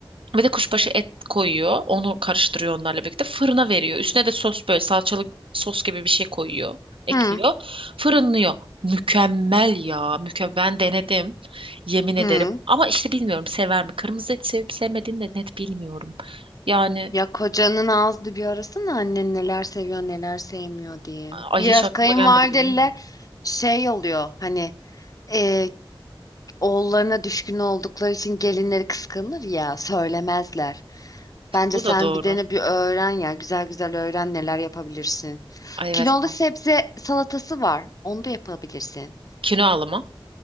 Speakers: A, on the right; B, on the left.
A: ve de kuşbaşı et koyuyor. Onu karıştırıyor onlarla birlikte. Fırına veriyor. Üstüne de sos böyle salçalı sos gibi bir şey koyuyor. Ekliyor.
B: Hı
A: Fırınlıyor. Mükemmel ya. Mükemmel. Ben denedim. Yemin ederim.
B: hı.
A: Ama işte bilmiyorum sever mi? Kırmızı et sevip sevmediğini de net bilmiyorum. Yani
B: Ya kocanın ağzını bir arasana annen neler seviyor neler sevmiyor diye.
A: ay
B: Biraz
A: hiç aklıma
B: kayınvalideler
A: gelmedi biliyor musun?
B: şey oluyor hani e, oğullarına düşkün oldukları için gelinleri kıskanır ya söylemezler. Bence
A: Bu
B: sen
A: da doğru.
B: bir dene bir öğren ya güzel güzel öğren neler yapabilirsin.
A: Ay evet
B: Kinolu
A: mantıklı.
B: sebze salatası var onu da yapabilirsin.
A: Kinoalı mı?